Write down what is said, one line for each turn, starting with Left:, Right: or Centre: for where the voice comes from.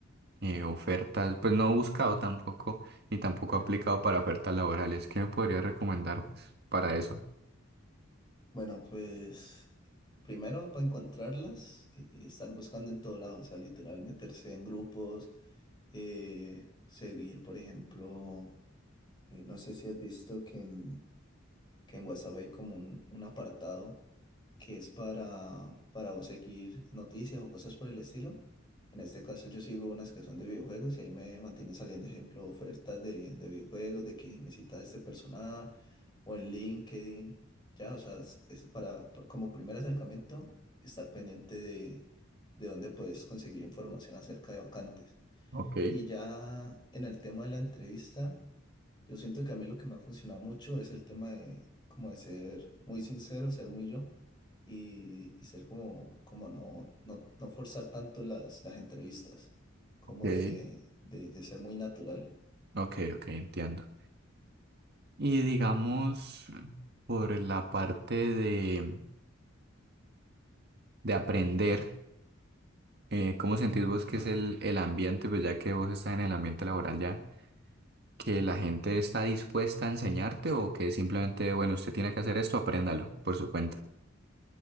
Right: eh, ofertas, pues no he buscado tampoco, ni tampoco he aplicado para ofertas laborales. ¿Qué me podría recomendar pues, para eso?
Left: Bueno, pues... Primero, para encontrarlas, eh, estar buscando en todo lado, o sea, literal, meterse en grupos, eh, seguir, por ejemplo, eh, no sé si has visto que en, que en WhatsApp hay como un, un apartado que es para, para vos seguir noticias o cosas por el estilo. En este caso yo sigo unas que son de videojuegos y ahí me mantiene saliendo, ejemplo, ofertas de, de videojuegos, de que necesitas este personal o en LinkedIn. Ya, o sea, es, es para, pa- como primer acercamiento, estar pendiente de, de dónde puedes conseguir información acerca de vacantes.
Right: Ok,
Left: Y ya en el tema de la entrevista... Yo siento que a mí lo que me ha funcionado mucho es el tema de como de ser muy sincero, ser muy yo y, y ser como, como no, no, no forzar tanto las, las entrevistas, como
Right: ok,
Left: de, de, de ser muy natural.
Right: ok, ok, entiendo. Y digamos, por la parte de, de aprender. eh, ¿cómo sentís vos que es el, el ambiente, pues ya que vos estás en el ambiente laboral ya, que la gente está dispuesta a enseñarte o que simplemente, bueno, usted tiene que hacer esto, apréndalo por su cuenta?